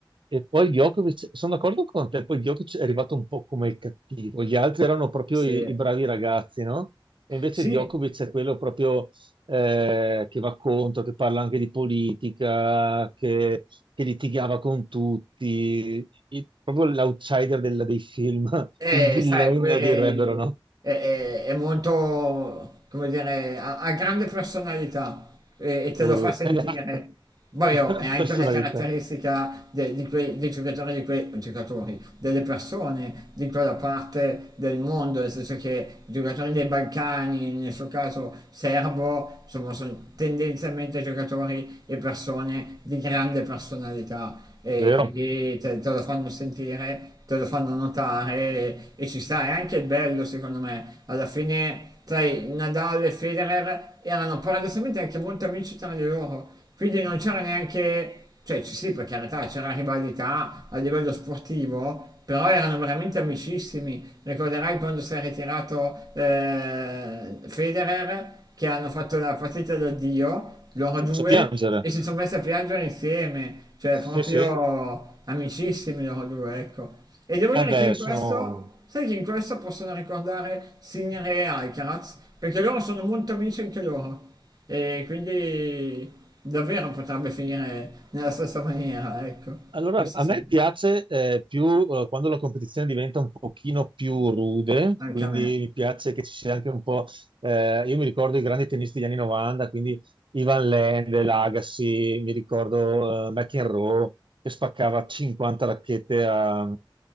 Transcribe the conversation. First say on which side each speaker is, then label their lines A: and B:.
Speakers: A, on the right (about 70°); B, on the right (about 45°).
A: E poi Djokovic, sono d'accordo con te, poi Djokovic è arrivato un po' come il cattivo, gli altri erano proprio
B: Sì.
A: i, i bravi ragazzi, no? E invece
B: Sì,
A: Djokovic è quello proprio eh, che va contro, che parla anche di politica, che, che litigava con tutti, il- proprio l'outsider del- dei film, <laughs>
B: Eh,
A: il villain
B: sai, lui è,
A: direbbero, no?
B: è- è molto, come dire, ha, ha grande personalità e, e te
A: Uh,
B: lo fa sentire.
A: <laughs> è la, è
B: Poi oh,
A: la
B: è anche
A: personalità,
B: una caratteristica de- di quei, dei giocatori, di quei giocatori, delle persone di quella parte del mondo, nel senso che i giocatori dei Balcani, nel suo caso serbo, insomma, sono tendenzialmente giocatori e persone di grande personalità e
A: vero?
B: quindi te, te lo fanno sentire, te lo fanno notare e, e ci sta, è anche bello secondo me. Alla fine, sai, Nadal e Federer erano paradossalmente anche molto amici tra di loro, quindi non c'era neanche, cioè ci sì per carità c'era rivalità a livello sportivo, però erano veramente amicissimi. Ricorderai quando si è ritirato eh, Federer, che hanno fatto la partita d'addio, loro
A: Ci
B: due,
A: ho messo a piangere,
B: e si sono messi a piangere insieme, cioè
A: sì
B: proprio
A: sì.
B: amicissimi loro due, ecco. E devo
A: Eh
B: dire
A: beh,
B: che in
A: sono
B: questo Sai che in questa possono ricordare Sinner e Alcaraz, perché loro sono molto amici anche loro. E quindi davvero potrebbe finire nella stessa maniera, ecco.
A: Allora,
B: Questo
A: a
B: sì,
A: me piace eh, più eh, quando la competizione diventa un pochino più rude,
B: anche
A: quindi
B: a me.
A: mi piace che ci sia anche un po'... eh, io mi ricordo i grandi tennisti degli anni 90, quindi Ivan Lendl, Agassi, mi ricordo eh, McEnroe che spaccava 50 racchette a,